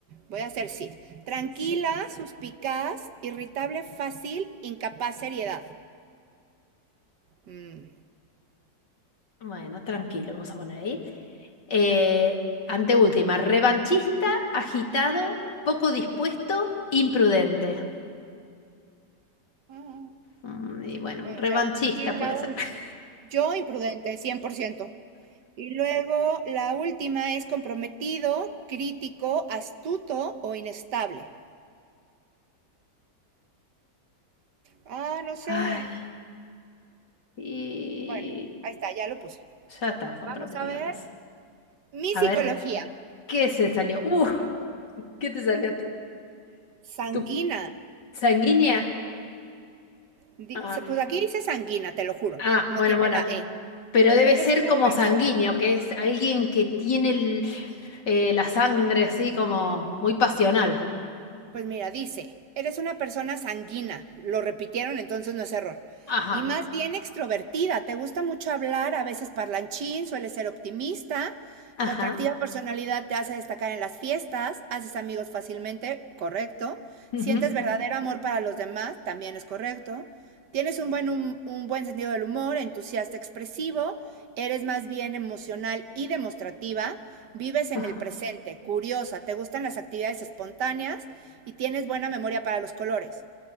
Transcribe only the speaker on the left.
Sí,
bueno, tranquilo, vamos a poner ahí. Eh, anteúltima, revanchista, agitado, poco dispuesto, imprudente.
Mm, y bueno,
revanchista
puede
ser.
<laughs>
Ay, Y
Ya está, comprometido,
puse.
A
ver, ¿qué se salió? Uh, ¿qué te salió a ti?
¿Tu sanguínea?
Ah,
ah,
bueno,
bueno.
Pero debe
ser
como
sanguíneo, que es alguien que tiene el, eh, la sangre así como muy pasional.
Ajá,
ajá.
ujú,
ajá.